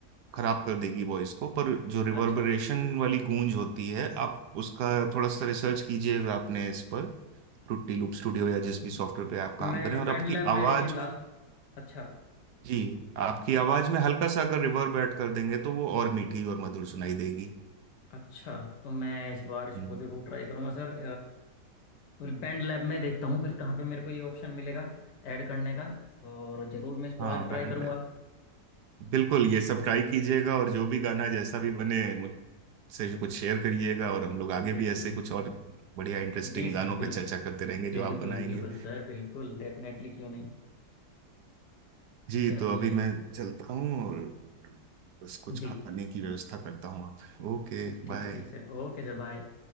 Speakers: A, on the right; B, on the left.
A: खराब कर देगी वॉइस को पर जो रिवर्बरेशन
B: अच्छा
A: वाली गूंज होती है आप उसका थोड़ा सा रिसर्च कीजिएगा आपने इस पर ट्रुटी लूप स्टूडियो या जिस भी सॉफ्टवेयर पे आप काम
B: मैं
A: करें और
B: बैंड
A: आपकी
B: लैब में
A: आवाज
B: भी लास्ट
A: में
B: अच्छा
A: जी आपकी आवाज में हल्का सा अगर रिवर्ब ऐड कर देंगे तो वो और मीठी और मधुर सुनाई देगी
B: अच्छा तो मैं इस बार इसको
A: हम्म
B: जरूर ट्राई करूंगा सर बैंड लैब में देखता हूँ कि कहाँ पे मेरे को ये ऑप्शन मिलेगा ऐड करने का और ज़रूर मैं इसको
A: हाँ
B: आज ट्राई
A: बैंड
B: करूँगा
A: बिल्कुल ये सब ट्राई कीजिएगा और जो भी गाना जैसा भी बने से कुछ शेयर करिएगा और हम लोग आगे भी
B: बिल्कुल
A: ऐसे कुछ और बढ़िया इंटरेस्टिंग
B: जी सर
A: गानों पे
B: बिल्कुल
A: चर्चा करते रहेंगे जो
B: बिल्कुल
A: आप बनाएंगे
B: बिल्कुल सर बिल्कुल डेफिनेटली क्यों नहीं
A: जी
B: चलिए
A: तो अभी मैं चलता हूँ और बस कुछ
B: जी
A: खाने की व्यवस्था करता हूँ आप ओके
B: ठीक ठीक
A: बाय
B: ठीक सर ओके सर बाय